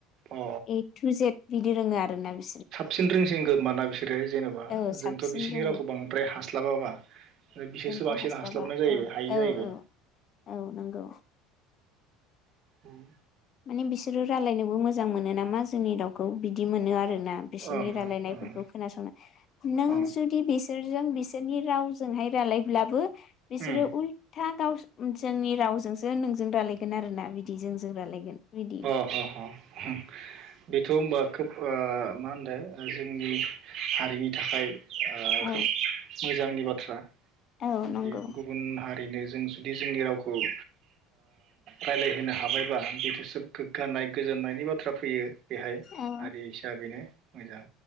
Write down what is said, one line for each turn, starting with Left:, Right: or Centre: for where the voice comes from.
Right: अ
Left: ओइ थु जेद बिदि रोङो आरो <unintelligible>
Right: साबसिन रोंसिनगो मानना बिसोरो जेनबा
Left: औ साबसिन
Right: जोंथ बिसोरनि
Left: रोङो
Right: रावखौ बांद्राय हास्लाबाबा ओमफाय बिसोरसो बांसिन
Left: थ हास्लाबा
Right: हास्लाबनाय जाहैबाय
Left: औ
Right: हायो जाहैबाय
Left: औ औ औ नोंगौ
Right: उम
Left: माने बिसोरो रायलायनोबो मोजां मोनो नामा जोंनि रावखौ बिदि मोनो आरो ना
Right: ओं
Left: बिसोरनि रायलायनाय
Right: ओं
Left: खोनासंनो नों
Right: ओं
Left: जुदि बिसोरजों बिसोरनि रावजोंहाय रालायब्लाबो बिसोरो
Right: ओं
Left: उलथा गावस जोंनि रावजोंसो नोंजों रायालायगोन आरो ना बिदि जोंजों रायलायगोन बिदि
Right: अ ह ह बेथ ओमबा खोथ ओ मा होनदों जोंनि हारिनि थाखाय ओ
Left: औ
Right: खोब मोजांनि बाथ थ्रा
Left: औ
Right: बिदि
Left: नंगौ
Right: गुबुन हार ओरैनो जों जुदि जोंनि रावखौ ओह रायजलाय होनो हाबाय बा बेथ सोब गोगानाय गोजोननायनि बाथ्रा फैयो बेहाय
Left: औ
Right: हारि हिसाबैनो मोजां